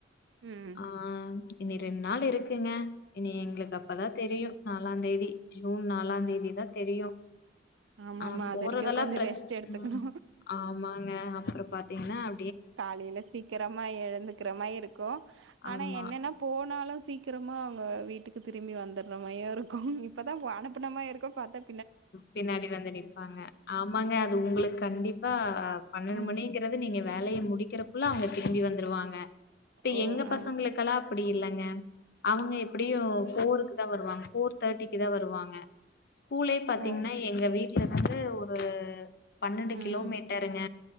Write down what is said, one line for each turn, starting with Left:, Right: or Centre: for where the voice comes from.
Right: ம்
Left: ஆஹ் இனி ரெண் நாள் இருக்குங்க இனி எங்களுக்கு அப்பதா தெரியு நாலாந் தேதி ஜூன் நாலாந் தேதிதா தெரியு
Right: ஆமாமா
Left: ஆனா
Right: அது
Left: போறதெல்லா
Right: வரைக்கு கொஞ்சோ
Left: ப்ர
Right: ரெஸ்ட் எடுத்துக்கணு
Left: ம் ஆமாங்க அப்புற பாத்தீங்கன்னா அ
Right: காலையில சீக்கிரமா எழுந்துக்கிற மா ருக்கு ஆனா
Left: ஆமா
Right: என்னென்ன போனா னா சீக்கிரமா அவங்க வீட்டுக்கு திரும்பி வந்துடுற மய இருக்கு இப்பதா அனுப்பனமாய்ருக்கு பாத்த
Left: பின்னாடி வந்து நிப்பாங்க ஆமாங்க அது உங்களுக்கு கண்டிப்பா பன்னெண்டு
Right: ம்.
Left: மணிங்கறது நீங்க வேலைய முடிக்கிறக்குள்ள அவங்க திரும்பி வந்துருவாங்க இப்ப
Right: ஓ
Left: எங்க
Right: ஆமா
Left: பசங்களுகலா அப்படி இல்லங்க அவங்க எப்படியு போருக்கு தா வருவாங்க போர் தேட்டிக்கு தா வருவாங்க கூலே பாத்தீங்ன்னா
Right: ஓ
Left: எங்க வீட் இது வந்து ஒரு பண்ணண்டு
Right: ம்
Left: கிலோமீட்டருங்க